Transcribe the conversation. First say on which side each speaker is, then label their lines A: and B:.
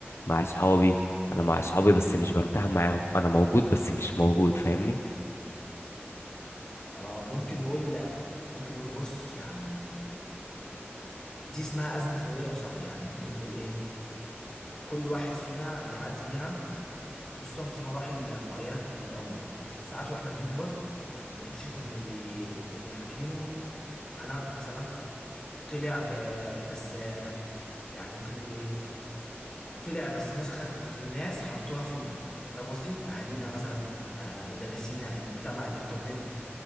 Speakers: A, on the left; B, on the left.
A: مع اصحابي انا مع اصحابي بس مش برتاح معاهم انا موجود بس مش موجود فاهمني
B: اه ممكن نقول لا ممكن نقول بص يعني دي اسمها أزمة هوية يا صاحبي يعني ممكن نقول ايه؟ كل واحد فينا بيعدي بيها خصوصا في مراحل معينة في- من العمر ساعات واحنا بنكبر بنكتشف ان اللي كنا فاكرينه انا مثلا طلع آه، بس آه، يعني ممكن نقول ايه؟ طلع بس نسخة الناس حطوها فينا فاهم قصدي؟ أهالينا مثلا م- مدرسينا المجتمع الإنترنت